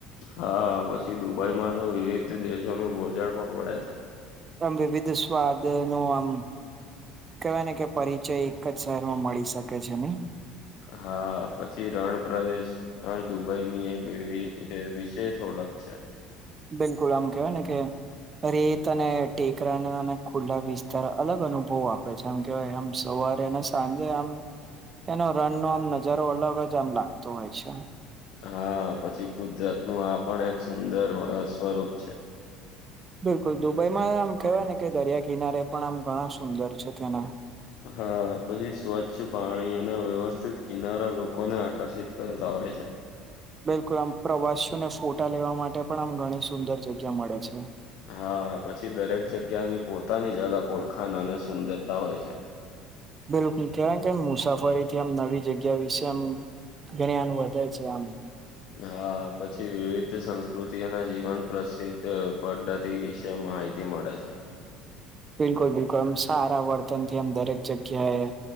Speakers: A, on the left; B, on the right.
A: હા પછી દુબઈમાં તો વિવિધ દેશોનું ભોજન પણ પડે છે.
B: આમ વિવિધ સ્વાદ નું આમ કેવાય ને કે પરિચય એક જ શહેરમાં મળી શકે છે નઈ.
A: હા પછી રણ પ્રદેશ રણ દુબઈ ની એક એવી વિશેષ ઓળખ છે.
B: બિલકુલ આમ કેવાય ને કે અરે તને ટેકરાના અને ખુલ્લા વિસ્તાર અલગ અનુભવો આપે છે. આમ કેવાય આમ સવારેને સાંજે આમ એનો રન નો આમ નજારો અલગ જ આમ લાગતો હોય છે.
A: હા પછી કુદરત નું આ પણ એક સુંદર સ્વરૂપ છે.
B: બિલકુલ દુબઈમાં આમ કેવાય ને કે દરિયા કિનારે પણ આમ ઘણા સુંદર છે તેના
A: હા પછી સ્વચ્છ પાણી અને વ્યવસ્થિત કિનારા લોકોને આકર્ષિત કરતા હોય છે.
B: બિલકુલ આમ પ્રવાસીઓને ફોટા લેવા માટે પણ આમ ઘણી સુંદર જગ્યા મળે છે.
A: હા પછી દરેક જગ્યાની પોતાની જ અલગ ઓળખાણ અને સુંદરતા હોય છે.
B: બિલકુલ કેવાઈ કેમ મુસાફરી થી આમ નવી જગ્યા વિશે આમ જ્ઞાન વધે છે આમ.
A: હા પછી વિવિધ સંસ્કૃતિઓના જીવન પ્રસિદ્ધ ત પદ્ધતિ વિશે માહિતી મળે છે.
B: બિલકુલ બિલકુલ આમ સારા વર્તન થી આમ દરેક જગ્યાએ